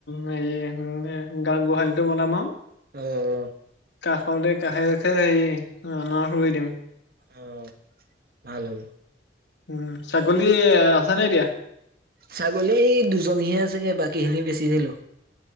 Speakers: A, on the left (about 85°); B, on the right (about 55°).
A: হেৰি গা গোহালিটো বনাম আৰু
B: অ
A: কাষতে কাষে কাষে হে অনাৰ সই দিম
B: অ ভাল হ'ব
A: উম ছাগলী আছে নে এতিয়া
B: ছাগলী দুজনীহে আছেগে বাকীখিনি বেচি দিলোঁ।